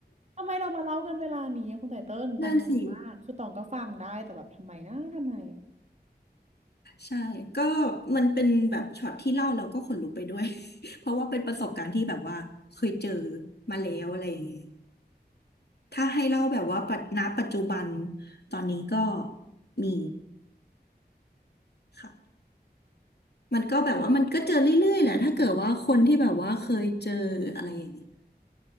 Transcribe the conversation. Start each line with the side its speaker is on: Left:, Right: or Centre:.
Right: ทำไมเรามาเล่ากันเวลานี้อะคุณไตเติ้ลตองงงมากคือตองก็ฟังได้แต่แบบทำไมนะทำไม
Left: นั่นสิใช่ก็มันเป็นแบบช็อตที่เล่าเราก็ขนลุกไปด้วย <laughs> เพราะว่าเป็นประสบการณ์ที่แบบว่าเคยเจอมาแล้วอะไรอย่างเงี้ยถ้าให้เล่าแบบว่าปัจณปัจจุบันตอนนี้ก็มีค่ะมันก็แบบว่ามันก็เจอเรื่อยๆแหละถ้าเกิดว่าคนที่แบบว่าเคยเจออะไรอย่างเงี้ย